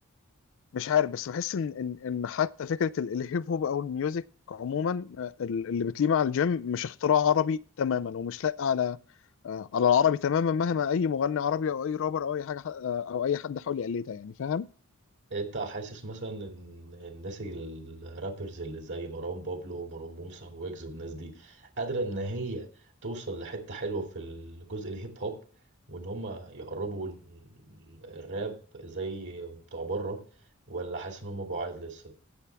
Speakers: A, on the left (about 65°); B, on the right (about 55°).
A: مش عارف بس بحس ان ان ان حتى فكره ال- الهيب هوب او الميوزك عموما آه، ال- اللي بتليه مع الجيم مش اختراع عربي تماما ومش لاقي على آه، على العربي تماما مهما اي مغني عربي او اي رابر او اي حاجه آه، او اي حد حاول يقلدها يعني فاهم
B: انت حاسس مثلا ان الناس الرابرز اللي زي مروان بابلو ومروان موسى ويجز والناس دي قادرة ان هي توصل لحتة حلوة في الجزء الهيب هوب وان هم يقربوا ال- الراب زي بتوع بره ولا حاسس ان هم بعاد لسه